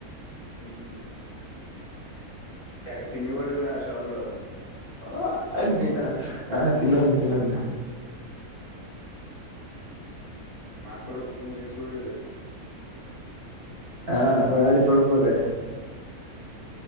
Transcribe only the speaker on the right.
ఓ ఆ నేనా ఆ తిన్నను తిన్నను
ఆ డాడి చూడకపోతే